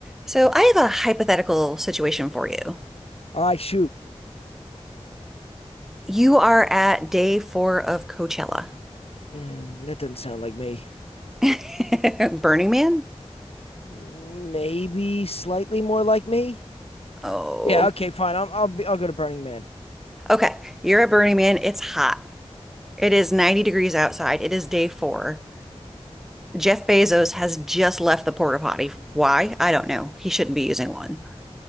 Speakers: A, in the centre; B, on the left.
A: So I have a hypothetical situation for you.
B: All right, shoot.
A: You are at day four of Coachella.
B: Mm, that doesn't sound like me.
A: <laughs> Burning Man?
B: Maybe slightly more like me.
A: Oh,
B: Yeah. Okay. Fine. I'm, I'll be, I'll go to Burning Man.
A: okay. You're at Burning Man. It's hot. It is 90 degrees outside. It is day four. Jeff Bezos has just left the porta potty. Why? I don't know. He shouldn't be using one.